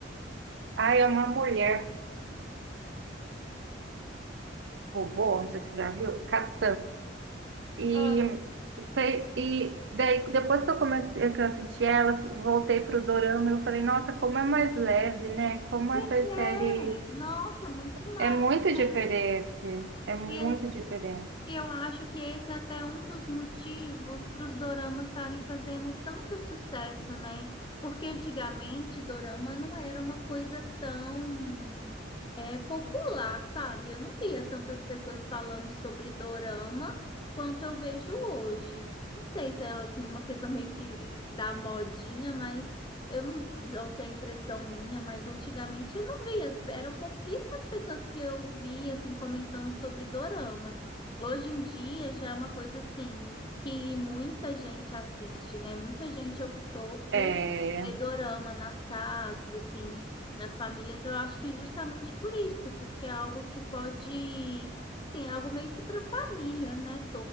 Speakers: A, on the right; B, on the left.
A: Ah, é uma mulher robô, não sei se você já viu, Cassandra. E
B: Ah,
A: Sei, E daí, depois que eu comecei, que eu assisti ela, voltei pro Dorama, eu falei, nossa, como é mais leve, né? Como
B: pois
A: essas séries
B: é. Nossa, muito mais,
A: é muito
B: né?
A: diferente, é muito
B: E
A: diferente.
B: E eu acho que esse é até um dos motivos para os doramas estarem fazendo tanto sucesso, né? Porque antigamente dorama não era uma coisa tão é, popular, sabe? Eu não via tantas pessoas falando sobre dorama quanto eu vejo hoje. Não sei se é assim uma questão meio que da modinha, mas eu não, ou se é impressão minha, mas antigamente eu não via, eram pouquíssimas pessoas que eu via assim comentando sobre doramas. Hoje em dia já é uma coisa assim que muita gente assiste, né? Muita gente optou por
A: É,
B: ver dorama nas casas, assim, nas famílias. Eu acho que justamente por isso, porque é algo que pode, assim, é algo meio que para a família, né,